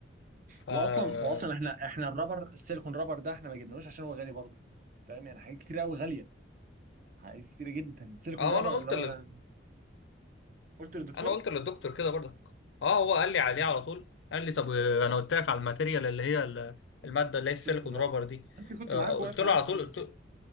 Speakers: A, on the left; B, on the right.
A: ف
B: واصلا
A: اه
B: واصلا احنا احنا الرابر السيليكون رابر ده احنا ما جبناهوش عشان هو غالي برضه فاهم يعني حاجات كتير قوي غاليه حاجات كتيره جدا سيليكون
A: اه
B: رابر
A: وانا قلت
B: اللي هو قلت للدكتور
A: انا قلت للدكتور كده برضك اه هو قال لي عليه
B: مم.
A: على طول قال لي طب آه، انا قلت لك على الماتيريال اللي هي ال- الماده اللي هي السيليكون
B: سيليكون رابر
A: رابر دي
B: انا اللي كنت
A: آه،
B: معاك
A: آه، قلت
B: واقف
A: له
B: معاك
A: على طول
B: ايوه
A: قلت
B: صح